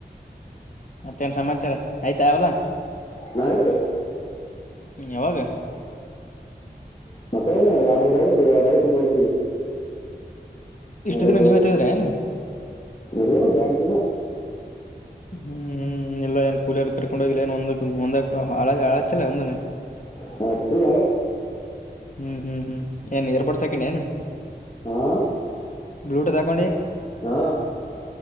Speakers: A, on the left; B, on the left.
A: ಮತ್ತೇನ್ ಸಮಾಚಾರ ಆಯ್ತಾ ಅವಲ್ಲ
B: ನಾಯ್ತು
A: ಹ್ಮ್ ಯಾವಾಗ
B: <unintelligible> <inaudible>
A: ಇಷ್ಟು ದಿನ ನೀವೇ ತೆಗದ್ರ ಏನ್ ಹ್ಮ್ ಹ್ಮ್ ಇಲ್ಲ ನ್ ಕೂಲಿಯ ಅಕರಕ್ಕೊಂಡ ಹೋಗಲ್ಲ ಒಂದಂದ ಅ ಅಳಚಲ್ಲ ಒಂದನ
B: <unintelligible>
A: ಹ್ಮ್ ಹ್ಮ್ ಹ್ಮ್ ಏನ್ ಇರ್ಬಡ್ಸಕಂಡ ಏನು
B: ಹಾ
A: ಬ್ಲೂಟೂತ್ ಹಾಕ್ಕೊಂಡಿ
B: ಹಾ